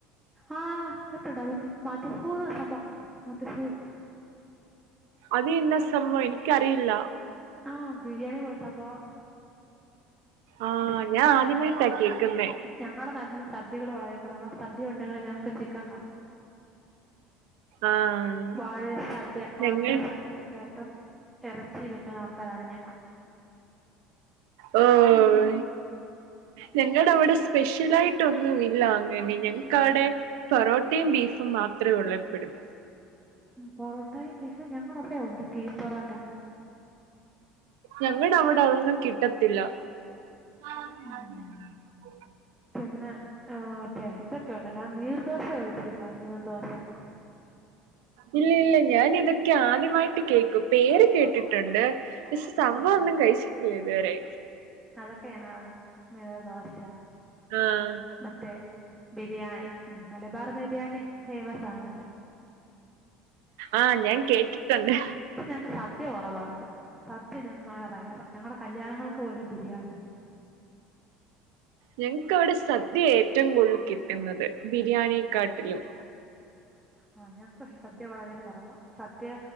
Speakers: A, in the centre; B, on the right (about 85°).
A: ആഹ് കേട്ടോടാ മധ്ഹൂത് മധ്ഹൂത്
B: അത് എന്ത സംഭവം എനിക്ക് അറിയില്ല
A: ആഹ് ബിരിയാണി പോലത്തെ സംഭവം
B: ആഹ്
A: ബിരിയാണി
B: ഞാൻ ആദ്യമായിട്ടാ കേക്കുന്നേ
A: ഞങ്ങളുടെ നാട്ടിൽ സദ്യകൾ വളരെ കുറവാ സദ്യ ഉണ്ടെങ്കിൽ ഞങ്ങക്ക് ചിക്കൻ കാണും
B: ആഹ്
A: വാഴ സദ്യ
B: ഞങ്ങൾ
A: ഓണത്തിന് സദ്യിക്കാത്തും എറച്ചി വെക്കുന്ന ആൾക്കാരാണ് ഞങ്ങൾ
B: ഓഹ് ഞങ്ങളുടെ ഇവിടെ സ്പെഷ്യലാ യിട്ടൊന്നും ഇല്ല അങ്ങനെ ഞങ്ങക്ക വിടെ പൊറോട്ടയും ബീഫും മാത്രമേ ഉള്ള എപ്പോഴും
A: പൊറോട്ടയും ബീഫും ഞങ്ങളുടെ അവിടെ ഉണ്ട് കിഴി പൊറോട്ട
B: ഞങ്ങളുടെ അവിടെ അതൊന്നും കിട്ടത്തില്ല മാ
A: ഉം പിന്നെ ആ മറ്റേ ഇതൊക്കെയ ഉണ്ടോ നീർദോശ കഴിച്ചിട്ടുണ്ടോ നീർദോശ
B: ഇല്ല ഇല്ല ഞാൻ ഇതൊക്കെ ആദ്യമായിട്ട് കേൾക്കും പേര് കേട്ടിട്ടുണ്ട് പക്ഷെ
A: ആഹ്
B: സംഭവം ഒന്നും കഴിച്ചിട്ടില്ല ഇതുവരെ
A: അതൊക്കെ ഞങ്ങള അവിടെണ്ട് നീറ്ദോശ
B: ആഹ്
A: മറ്റേ ബിരിയാണി ഉ മലബാർ ബിരിയാണി ഫേമസ് ആണല്ലോ
B: ആഹ് ഞാൻ കേട്ടിട്ടുണ്ട്
A: പക്ഷെ ഞങ്ങക്ക് സദ്യ കുറവാകട്ടോ സദ്യ ഞങ്ങക്ക് റയർ ഞങ്ങളടെ കല്യാണങ്ങൾക്ക് പോലെ ബിരിയാണിയാണ്
B: ഞങ്ങക്ക് അവിടെ സദ്യ ഏറ്റവും കൂടുതൽ കിട്ടുന്നത് ബിരിയാണിയെക്കാട്ടിലും
A: ആഹ് ഞക്ക് സദ്യ വളരെ കുറവ സദ്യ